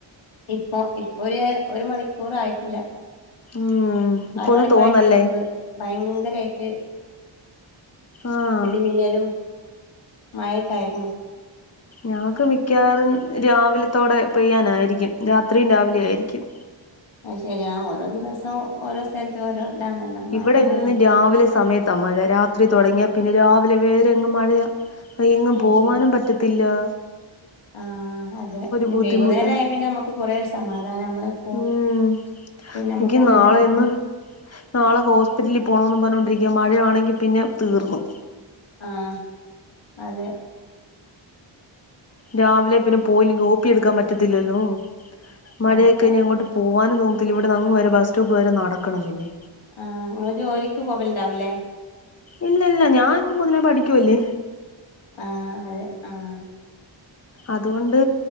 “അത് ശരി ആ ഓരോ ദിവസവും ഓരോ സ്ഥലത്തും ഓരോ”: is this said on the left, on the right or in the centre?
Left